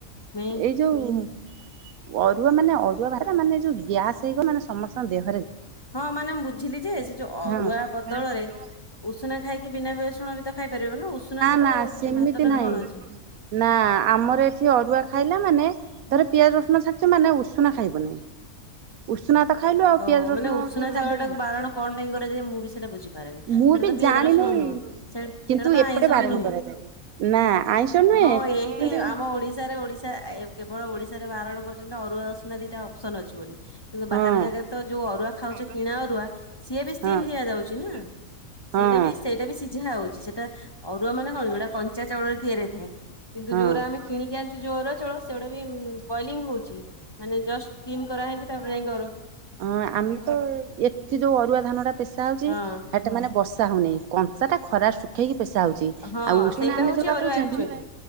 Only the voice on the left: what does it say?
<unintelligible>
ହଁ ମାନେ ମୁଁ ବୁଝିଲି ଯେ ସେ ଯୋଉ ଅରୁଆ
ବଦଳରେ ଉଷୁନା ଖାଇକି ବିନା ଉଷୁନା ବି ତ ଖାଇପାରିବ ନା ଉଷୁନାଟା
ତ
ଯୋ ଭାତଟାରେ
କଣ ଅଛି।
ଓହୋ
ମାନେ ଉଷୁନା
ଚାଉଳ ଟାକୁ
ବାରଣ ପାଇଁ କରାଯାଏ ମୁଁ ବି ସେଇଟା ବୁଝିପାରେନି।
ସେଇଟା
ତ ପିଆଜ
ରସୁଣ ନୁହଁ ସେ
ସେଇଟା ତ
ଆଇଁଷ
ବି ନୁହେଁ।
ହଁ ଏଇଠି
ଆମ ଓଡିଶାରେ ଓଡିଶା କେବଳ ଓଡିଶାରେ ବାରଣ କରୁଛନ୍ତି ଅରୁଆ ଉଷୁନା ଦିଟା ଅପସନ୍ ଅଛି ବୋଲି କିନ୍ତୁ
ବାହାର ଜାଗାରେ ତ ଯୋଉ ଅରୁଆ ଖାଉଛ କିଣା ଅରୁଆ ସିଏ ବି ଷ୍ଟିମ୍
ଦିଆଯାଉଛି ନା। ସେଇଟା ବି ସେଇଟା ବି ସିଝା ହଉଛି ସେଇଟା ଅରୁଆମାନେ କଣ ଯୋଉଟା କଞ୍ଚା ଚାଉଳରେ ତିଆରି ହେଇଥାଏ। କିନ୍ତୁ
ଯୋଉରା
ଆମେ କିଣିକି ଆଣିଛୁ ଯୋଉ ଅରୁଆ ଚାଉଳ ସେଗୁଡା ବି ବଏଲିଙ୍ଗ ହଉଛି। ମାନେ ଜଷ୍ଟ ଟିମ୍ କରାହଇକି ତାପରେ ଯାଇକି ଅରୁଆକୁ
ହଁ।
ହଁ
ସେଇଟା
ହଉଛି
ଅରୁଆ
ଆକ୍ଚୁଆଲି।